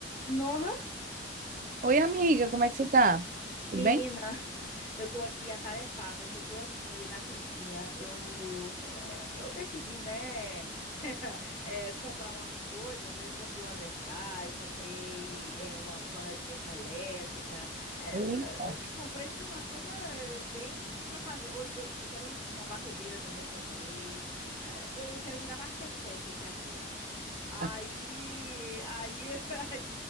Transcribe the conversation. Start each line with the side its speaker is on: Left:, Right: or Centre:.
Left: Nossa,
Right: Oi, amiga, como é que você tá? Tudo
Left: menina,
Right: bem?
Left: Eu tô aqui atarefada, que eu tô aqui na cozinha. Eu, eh, eu decidi, né, <laughs> eh, comprar umas coisas. Aí eu comprei umas airfry, comprei eh, uma panela de pressão elétrica. eh,
Right: Eita.
Left: co- oxe, comprei umas coisas eh, bem pra fazer. Hoje eu, eu quero uma batedeira também, comprei. Eh, eu quero virar MasterChef aqui agora. Aí,
Right: Ah,
Left: aí, <laughs>